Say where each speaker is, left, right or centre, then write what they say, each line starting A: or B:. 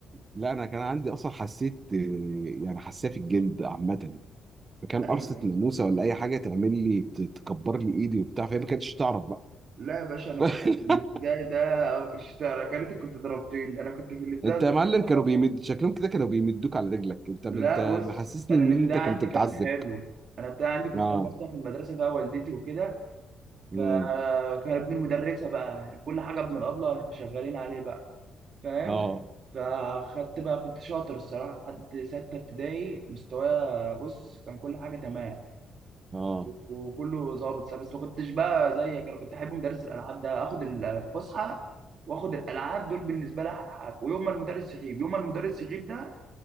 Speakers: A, on the right (about 25°); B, on the right (about 50°).
A: لا انا كان عندي اصلا حسيت يعني حساسيه في الجلد عامه فكان
B: ايوه
A: قرصه ناموسه ولا اي حاجه تعمل لي ت- تكبر لي ايدي وبتاع فهي ما كانتش تعرف بقى
B: لا يا باشا انا
A: <laughs>
B: كنت في الابتدائي ده ما كنتش تعرف- يا ريت كنت ضربتني انا كنت في الابتدائي
A: انت
B: ده
A: يا
B: الصراحه
A: معلم كانوا بيمد شكلهم كده كانوا بيمدوك على رجلك انت
B: لا
A: انت
B: بص
A: محسسني
B: انا
A: ان
B: الابتدائي
A: انت كنت
B: عندي
A: بتعذب
B: كان حلو انا الابتدائي عندي كنت
A: اه
B: انا اصلا في المدرسه بقى والدتي وكده
A: امم
B: فكان ابن المدرسه بقى كل حاجه ابن الابله شغالين عليه بقى فاهم
A: اه
B: فخدت بقى كنت شاطر الصراحه لحد سته ابتدائي مستوايا بص كان كل حاجه تمام
A: اه
B: وكله ظابط لا، بس ما كنتش بقى زيك انا كنت احب مدرس الالعاب ده اخد الفسحه واخد الالعاب دول بالنسبه لي احلى حاجه ويوم ما المدرس يغيب يوم ما المدرس يغيب ده